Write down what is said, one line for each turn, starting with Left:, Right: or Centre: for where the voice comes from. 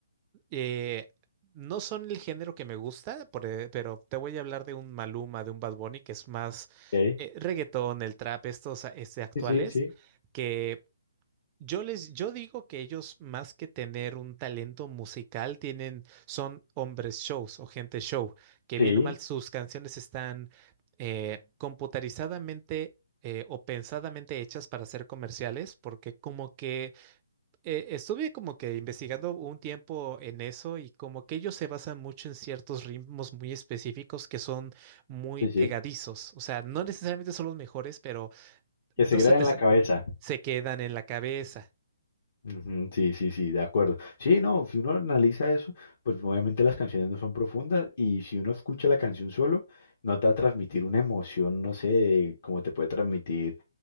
Right: eh, no son el género que me gusta, por e- pero te voy a hablar de un Maluma, de un Bad Bunny, que es más
Left: ok.
Right: eh, reggaetón, el trap, estos este, actuales
Left: Sí, sí, sí.
Right: que yo les, yo digo que ellos más que tener un talento musical tienen, son hombres shows o gente show, que
Left: Sí,
Right: bien o mal sus canciones están eh, computarizadamente eh, o pensadamente hechas para ser comerciales, porque como que eh, estuve como que investigando un tiempo en eso y como que ellos se basan mucho en ciertos ritmos muy específicos que son muy
Left: Sí,
Right: pegadizos,
Left: sí,
Right: o sea, no necesariamente son los mejores, pero
Left: que
Right: no
Left: se queda
Right: se te
Left: en
Right: sa-
Left: la cabeza.
Right: se quedan en la cabeza.
Left: Ujú, sí, sí, sí, de acuerdo. Sí, no, si uno analiza eso, pues obviamente las canciones no son profundas y si uno escucha la canción solo, no te va a transmitir una emoción, no sé, como te puede transmitir